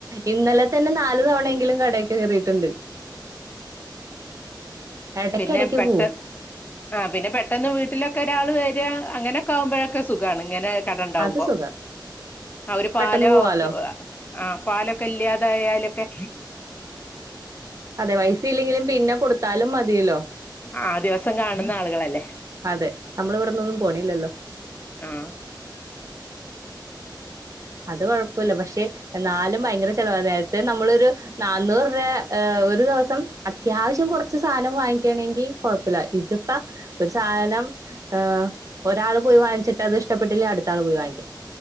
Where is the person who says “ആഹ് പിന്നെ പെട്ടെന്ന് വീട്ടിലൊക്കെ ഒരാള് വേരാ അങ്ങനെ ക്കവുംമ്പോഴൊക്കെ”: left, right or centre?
Left